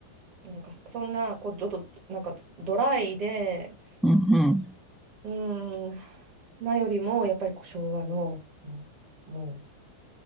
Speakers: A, on the right; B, in the centre.
A: なんかそそんなこうちょっとなんかドライで
B: うん、うん。
A: うーん、なよりも、やっぱりこう昭和の、もうん、もう